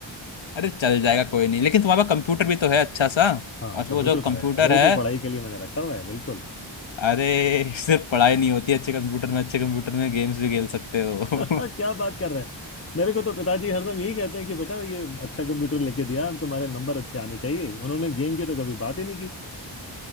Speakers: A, on the left; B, on the left.
A: अरे चल जाएगा कोई नहीं लेकिन तुम्हारे पास कंप्यूटर भी तो है अच्छा सा
B: हाँ
A: आज
B: कंप्यूटर
A: वो जो
B: तो
A: कंप्यूटर
B: है वो
A: है
B: तो पढ़ाई के लिए मैंने रखा हुआ है बिल्कुल
A: अरे <laughs> सिर्फ पढ़ाई नहीं होती अच्छे कंप्यूटर में अच्छे कंप्यूटर में गेम्स भी खेल सकते हो
B: <laughs> क्या
A: <laughs>
B: बात कर रहे हैं मेरे को तो पिताजी हरदम यही कहते हैं कि बेटा ये अच्छा कंप्यूटर लेके दिया अब तुम्हारे नंबर अच्छे आने चाहिए उन्होंने गेम की तो कभी बात ही नहीं की